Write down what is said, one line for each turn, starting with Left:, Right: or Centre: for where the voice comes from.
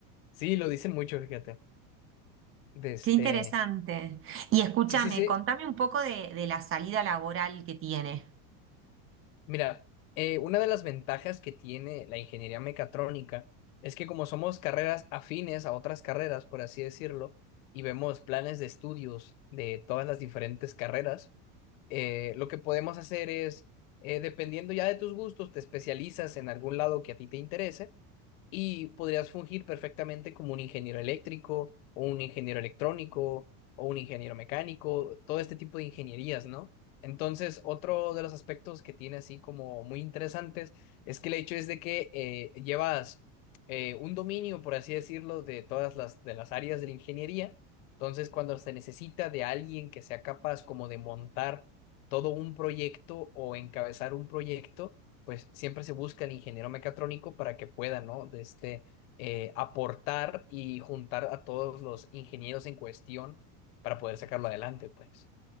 Left: Sí, lo dicen mucho, fíjate. De este...
Right: Qué interesante. Y escúchame,
Left: Sí, sí, sí,
Right: contame un poco de, de la salida laboral que tiene.
Left: Mira, eh, una de las ventajas que tiene la ingeniería mecatrónica es que como somos carreras afines a otras carreras, por así decirlo, y vemos planes de estudios de todas las diferentes carreras, eh, lo que podemos hacer es, eh, dependiendo ya de tus gustos, te especializas en algún lado que a ti te interese y podrías fungir perfectamente como un ingeniero eléctrico o un ingeniero electrónico o un ingeniero mecánico, todo este tipo de ingenierías, ¿no? Entonces, otro de los aspectos que tiene así como muy interesantes es que el hecho es de que eh, llevas eh, un dominio, por así decirlo, de todas las, de las áreas de la ingeniería. Entonces, cuando se necesita de alguien que sea capaz como de montar todo un proyecto o encabezar un proyecto, pues siempre se busca el ingeniero mecatrónico para que pueda, ¿no? De este, eh, aportar y juntar a todos los ingenieros en cuestión para poder sacarlo adelante, pues.